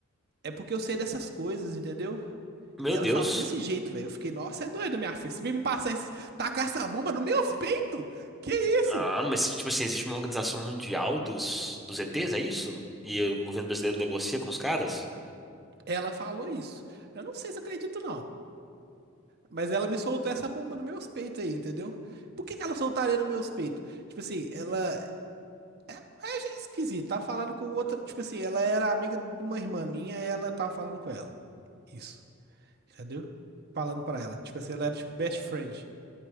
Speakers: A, on the right; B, in the centre.
A: é porque eu sei dessas coisas, entendeu?
B: Meu
A: E ela
B: Deus.
A: falou desse jeito, velho. Eu fiquei, nossa, é doido, minha filha. Você vem me passar esse. tacar essa bomba no meus peitos? Que isso?
B: Ah, mas, tipo assim, existe uma organização mundial dos, dos ETs, é isso? E o governo brasileiro negocia com os caras?
A: Ela falou isso. Eu não sei se eu acredito, não. Mas ela me soltou essa bomba no meus peitos aí, entendeu? Por que que ela soltaria no meus peitos? Tipo assim, ela. É, é já esquisito. Tá falando com outra. Tipo assim, ela era amiga de uma irmã minha e ela tava falando com ela. Isso. Entendeu? Falando pra ela. Tipo assim, ela era tipo best friend.